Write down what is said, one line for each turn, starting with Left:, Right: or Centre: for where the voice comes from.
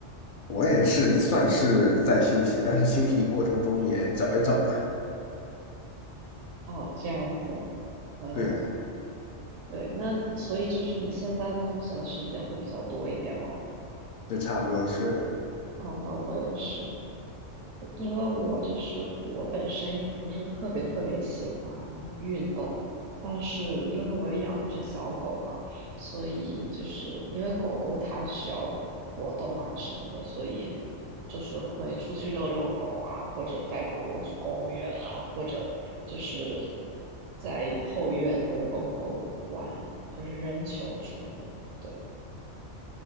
Left: 我也是算是在休息，但是休息过程中也找一找嘛。
Right: 哦，这样子，嗯，
Left: 对啊，
Right: 对，那所以就是你现在空闲的时间会比较多一点了。
Left: 这差不多是的。
Right: 哦，那我也是，因为我就是我本身也不是特别特别喜欢运动，但是因为我有养一只小狗嘛，所以就是因为狗狗它需要活动啊什么的，所以就是会出去遛遛狗啊，或者带狗狗去公园啊，或者就是在后院跟狗狗玩，就是扔球什么的。对。